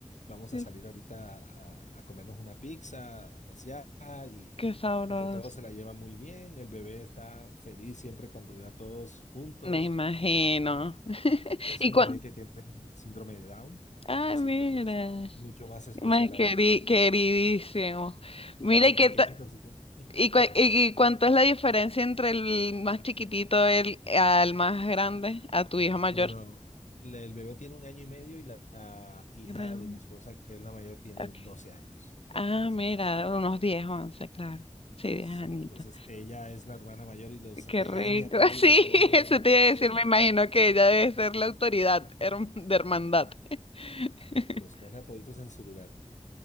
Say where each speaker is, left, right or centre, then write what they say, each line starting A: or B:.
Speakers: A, on the left; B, on the left.
A: vamos
B: Qué
A: a salir ahorita a, a a comernos una pizza, a pasear y
B: qué sabroso.
A: entre todos se la lleva muy bien. El bebé está feliz siempre cuando ve a todos juntos.
B: Me imagino. <laughs>
A: Es
B: Y
A: un
B: cuan-
A: bebé que tiene síndrome de Down,
B: Ay,
A: así
B: mira.
A: que es mucho más especial
B: Más queri-
A: aún.
B: queridísimo. Mira,
A: Y es
B: y
A: el
B: qué,
A: pequeñito,
B: ta-
A: así que... <laughs>
B: ¿Y, cua- y- y cuánto es la diferencia entre el más chiquitito el, al más grande, a tu hija mayor?
A: Bueno, le- el bebé tiene un año y medio y la, la hija
B: Gran-
A: de mi esposa, que es la mayor, tiene
B: ok.
A: 12 años.
B: Ah,
A: Entonces,
B: mira, unos 10 11 claro. Sí, 10
A: sí,
B: añitos.
A: entonces ella es la hermana mayor y los
B: Qué
A: regaña
B: rico.
A: a todos
B: <laughs> Sí,
A: y los pone,
B: eso te iba a
A: ¡sí!
B: decir, me imagino que ella debe ser la autoridad herm- de hermandad. <laughs>
A: los, los pone a toditos en su lugar.